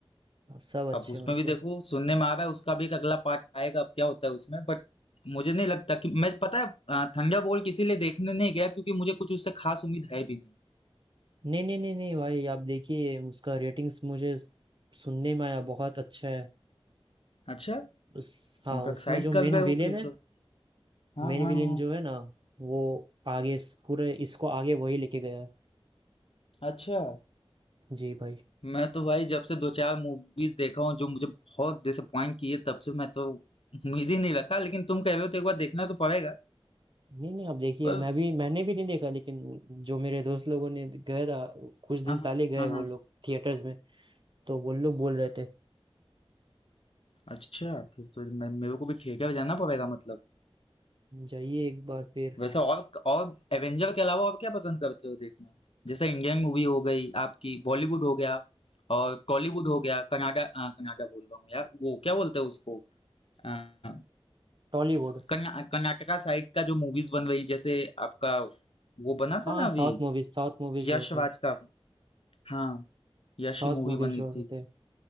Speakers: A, on the right; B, on the left.
A: सब अच्छे
B: अब उसमें
A: हैं उनके
B: भी देखो सुनने में आ रहा है उसका भी एक अगला पार्ट आएगा अब क्या होता है उसमें बट मुझे नहीं लगता कि मैं पता है थंडर बोल्ट इसीलिए देखने नहीं गया क्योंकि मुझे कुछ उससे खास उम्मीद है भी नहीं
A: नहीं नहीं नहीं नहीं भाई आप देखिए उसका रेटिंग्स मुझे सुनने में आया बहुत अच्छा है
B: अच्छा
A: उस
B: तुम
A: हाँ
B: तो
A: उसमें
B: एक्साइट
A: जो मेन
B: कर रहे
A: विलेन
B: हो फिर
A: है
B: तो हाँ
A: मेन
B: हाँ
A: विलेन
B: हाँ
A: जो है ना वो आगे इस- पूरे इसको आगे वही लेके गया है
B: अच्छा
A: जी भाई
B: मैं तो भाई जब से दो चार मूवीज देखा हूँ जो मुझे बहुत डिसअपॉइंट किए तब से मैं तो उम्मीद ही नहीं रखा लेकिन तुम कह रहे हो तो एक बार देखना तो पड़ेगा
A: नहीं नहीं आप देखिए
B: पर
A: मैं भी मैंने भी नहीं देखा लेकिन जो मेरे दोस्त लोगों ने गए था कुछ दिन
B: हाँ हाँ
A: पहले गए
B: हाँ
A: वो
B: हाँ
A: लोग थिएटर्स में तो वो लोग बोल रहे थे
B: अच्छा फिर तो मैं मेरे को भी थिएटर जाना पड़ेगा मतलब
A: जाइए एक बार फिर
B: वैसे और और एवेंजर के अलावा और क्या पसंद करते हो देखना जैसे इंडियन मूवी हो गई आपकी बॉलीवुड हो गया और कॉलीवुड हो गया कर्नाटक अ, कर्नाटक बोल रहा हूँ यार वो क्या बोलते हैं उसको अ,
A: टॉलीवुड
B: कर्ना- कर्नाटका साइड का जो मूवीज बन रही जैसे आपका वो बना
A: हाँ
B: था ना
A: साउथ
B: अभी
A: मूवीज साउथ मूवीज
B: यश
A: जो होते
B: राज
A: हैं
B: का हाँ यश
A: साउथ
B: की मूवी
A: मूवीज
B: बनी
A: जो
B: थी
A: होते हैं